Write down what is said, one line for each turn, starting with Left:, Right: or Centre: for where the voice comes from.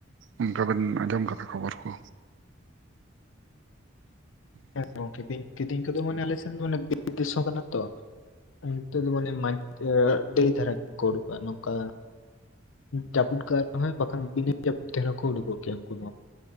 Right: ᱚᱱᱠᱟᱵᱟᱞᱤᱱ ᱟᱸᱡᱚᱢ ᱠᱟᱫᱟ ᱠᱷᱚᱵᱚᱨ ᱠᱚ ᱦ
Left: ᱦᱮᱸ ᱜᱚᱝᱠᱮ ᱵᱤᱧ ᱠᱤᱫᱤᱧ ᱠᱚᱫᱚ ᱢᱟᱱᱮ ᱟᱞᱮ ᱥᱮᱱ ᱫᱚ ᱵᱤᱨᱫᱤᱥᱚᱢ ᱠᱟᱱᱟ ᱛᱚ ᱛ ᱢᱟᱱᱮ ᱢᱟᱡ ᱰ ᱫᱷᱟᱨᱟᱰᱩᱼᱟ ᱱᱚᱝᱠᱟ ᱡᱟᱯᱩᱫ ᱠᱟᱜ ᱨᱮᱦᱚᱭ ᱵᱟᱠᱷᱟᱱ ᱵᱤᱱᱟᱹ ᱡᱟᱹᱯᱩᱫ ᱛᱮᱦᱚ ᱠᱚ ᱩᱰᱩ ᱠᱚᱜᱮᱭᱟ ᱩᱱᱠᱩᱫᱚ